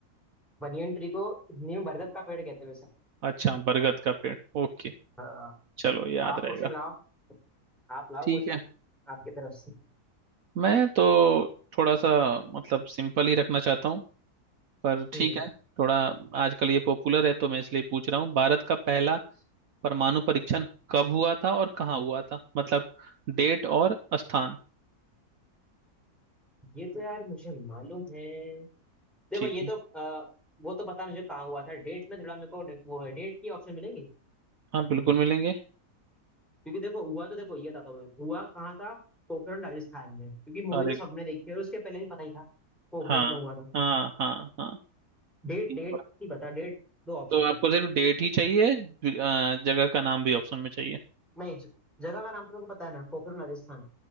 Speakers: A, in the centre; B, on the right (about 60°).
A: बनियन ट्री को हिंदी में बरगद का पेड़ कहते हैं वैसे
B: अच्छा बरगद का पेड़ ओके
A: हाँ
B: चलो याद
A: अब आप
B: रहेगा
A: क्वेश्चन लाओ आप लाओ
B: ठीक
A: क्वेश्चन
B: है
A: आपकी तरफ से
B: मैं तो थोड़ा सा मतलब सिंपल ही रखना चाहता हूँ पर
A: हम्म
B: ठीक है थोड़ा आजकल ये पॉपुलर है तो मैं इसलिए पूछ रहा हूँ भारत का पहला परमाणु परीक्षण कब हुआ था और कहाँ हुआ था मतलब डेट और स्थान
A: ये तो यार मुझे मालूम है देखो
B: ठीक
A: ये
B: है
A: तो आ, वो तो पता नहीं मुझे कहाँ हुआ था डेट्स में थोड़ा मेरे को वो है डेट की ऑप्शन मिलेंगी
B: हाँ बिल्कुल मिलेंगे
A: क्योंकि देखो हुआ तो देखो ये बताता हूँ मैं हुआ कहाँ था पोखरण राजस्थान में क्योंकि मूवी
B: अरे
A: तो सबने देखी है और उसके पहले भी पता ही था पोखरण
B: हाँ
A: में हुआ था
B: हाँ हाँ हाँ
A: डेट
B: तीन
A: डेट
B: बार।
A: ही बता डेट दो ऑप्शन
B: तो आपको
A: में
B: सिर्फ डेट ही चाहिए ज- आ, जगह का नाम भी ऑप्शन में चाहिए
A: नहीं ज- जगह का नाम तो मेरे को पता है ना पोखरण राजस्थान